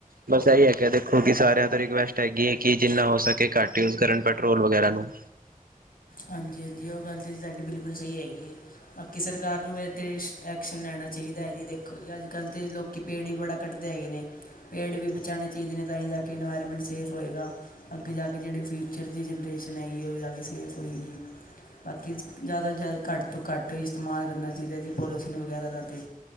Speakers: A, on the right; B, on the left.
A: ਬਸ ਇਹੀ ਹੈ ਕਿ ਦੇਖੋ ਕਿ ਸਾਰਿਆਂ ਤੋਂ ਰਿਕੁਐਸਟ ਹੈਗੀ ਹੈ ਕਿ ਜਿੰਨਾ ਹੋ ਸਕੇ ਘੱਟ ਯੂਜ ਕਰਨ ਪੈਟਰੋਲ ਵਗੈਰਾ ਨੂੰ
B: ਹਾਂਜੀ ਹਾਂਜੀ ਉਹ ਗੱਲ ਤਾਂ ਸਾਡੀ ਬਿਲਕੁਲ ਸਹੀ ਹੈਗੀ ਹੈ ਬਾਕੀ ਸਰਕਾਰ ਨੂੰ ਐਕਸ਼ਨ ਲੈਣਾ ਚਾਹੀਦਾ ਹੈ ਜੀ ਦੇਖੋ ਜੀ ਅੱਜ ਕੱਲ੍ਹ ਤਾਂ ਲੋਕ ਪੇੜ ਵੀ ਬੜਾ ਕੱਟਦੇ ਹੈਗੇ ਨੇ। ਪੇੜ ਵੀ ਬਚਾਉਣੇ ਚਾਹੀਦੇ ਨੇ ਤਾਂ ਹੀ ਜਾ ਕੇ ਇਨਵਾਇਰਮੈਂਟ ਸੇਫ ਹੋਏਗਾ ਅੱਗੇ ਜਾ ਕੇ ਜਿਹੜੀ ਫਿਊਚਰ ਦੀ ਜਨਰੇਸ਼ਨ ਹੈਗੀ ਹੈ ਉਹ ਜਾ ਕੇ ਸੇਫ ਬਾਕੀ ਜਿਆਦਾ ਤੋਂ ਜਿਆਦਾ ਘੱਟ ਤੋਂ ਘੱਟ ਇਸਤੇਮਾਲ ਕਰਨਾ ਚਾਹੀਦਾ ਜੀ ਪੋਲੋ ਥੀਨ ਵਗੈਰਾ ਤੇ